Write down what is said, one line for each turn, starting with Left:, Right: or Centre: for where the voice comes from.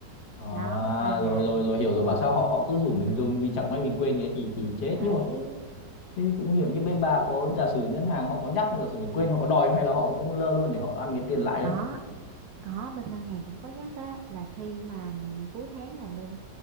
Left: À,
Right: đó nên
Left: rồi
Right: là
Left: rồi rồi hiểu rồi bảo sao họ họ cứ rủ
Right: ừ,
Left: mình dùng vì chẳng may mình quên cái thì thì chết
Right: đấy
Left: nhưng mà thế thì cũng nguy hiểm như bên bà có giả sử ngân hàng họ có nhắc mà giả sử mình quên họ có đòi không? hay là họ cũng lơ luôn để họ ăn cái tiền lãi
Right: đó
Left: đấy.
Right: có bên ngân hàng cũng có nhắc á là khi mà ừm, cuối tháng là bên